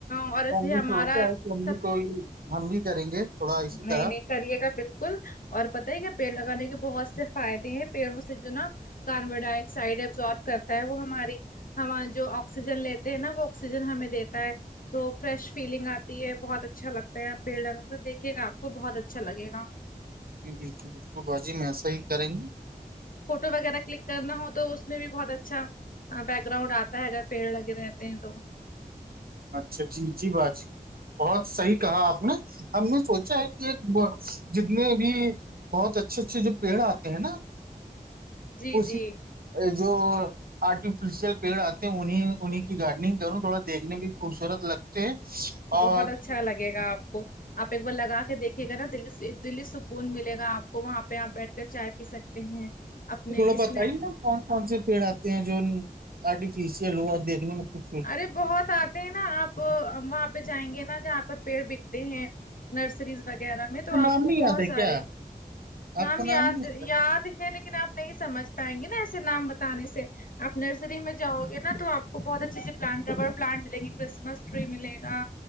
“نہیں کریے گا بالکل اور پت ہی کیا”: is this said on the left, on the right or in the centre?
Left